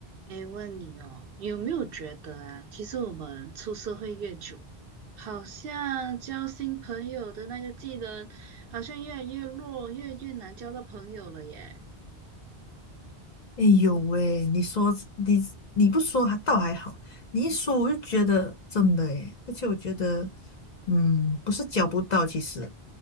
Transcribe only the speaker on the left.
哎呦喂，你说你你不说还倒还好，你一说我就觉得真的诶，而且我觉得，嗯，不是交不到，其实，